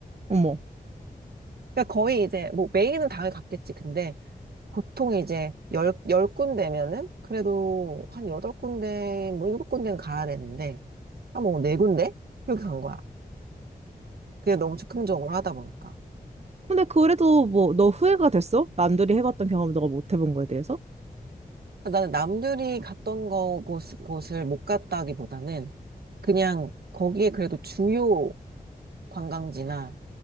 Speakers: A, on the right (about 45°); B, on the right (about 80°).
A: 어머.
B: 그러니까 거의 이제 뭐 메인은 당연히 갔겠지. 근데 보통 이제 열, 열 군데면은 그래도 한 여덟 군데, 뭐 일곱 군데는 가야 되는데, 한 뭐 네 군데? 그렇게 간 거야. 그게 너무 즉흥적으로 하다 보니까.
A: 근데 그래도 뭐 너 후회가 됐어? 남들이 해봤던 경험을 너가 못 해본 거에 대해서?
B: 나는 남들이 갔던 거, 곳, 곳을 못 갔다기보다는 그냥 거기에 그래도 주요 관광지나